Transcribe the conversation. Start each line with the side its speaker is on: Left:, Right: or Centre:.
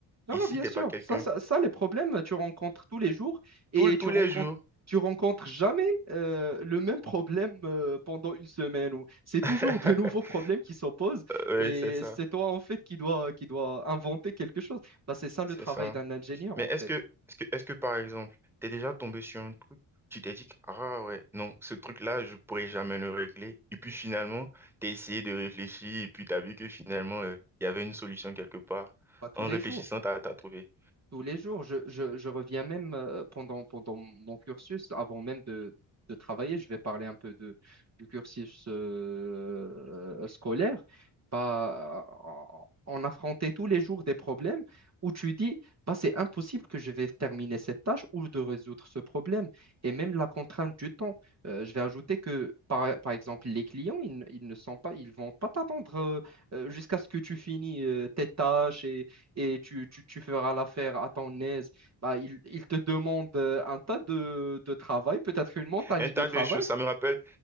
Right: Non,
Centre: Ici,
Right: non, bien
Centre: t'es
Right: sûr.
Centre: pas quelqu'un.
Right: Ça, ça, ça, les problèmes, tu rencontres tous les jours et
Centre: Tout, le- tous
Right: tu rencontres,
Centre: les jours.
Right: tu rencontres jamais euh, le même problème euh, pendant une semaine. ou- C'est toujours
Centre: <laughs>
Right: de nouveaux problèmes qui s'opposent
Centre: Oui,
Right: et
Centre: c'est ça.
Right: c'est toi, en fait, qui dois qui doit inventer quelque chose. Bah, c'est ça le
Centre: C'est
Right: travail
Centre: ça.
Right: d'un ingénieur,
Centre: Mais
Right: en
Centre: est-ce
Right: fait.
Centre: que, est-ce que, est-ce que par exemple, t'es déjà tombé sur un truc, tu t'es dit, que, ah ouais, non, ce truc-là, je pourrais jamais le régler. Et puis finalement, t'as essayé de réfléchir et puis t'as vu que finalement, euh, il y avait une solution quelque part.
Right: Pas tous
Centre: En
Right: les
Centre: réfléchissant,
Right: jours.
Centre: t'as, t'as trouvé.
Right: tous les jours. Je, je- je reviens même euh, pendant, pendant mon cursus, avant même de, de travailler, je vais parler un peu de, du cursus euh, scolaire. Bah, on affrontait tous les jours des problèmes où tu dis, bah, c'est impossible que je vais terminer cette tâche ou de résoudre ce problème. Et même la contrainte du temps. Euh, je vais ajouter que, par, par exemple, les clients, ils, ne ils ne sont pas, ils vont pas t'attendre euh, euh, jusqu'à ce que tu finis euh, tes tâches et et tu, tu, tu feras l'affaire à ton aise. Bah, il, il te demande euh, un tas de, de travail, peut-être une montagne
Centre: Un
Right: de
Centre: tas
Right: travail.
Centre: de choses. Ça me rappelle,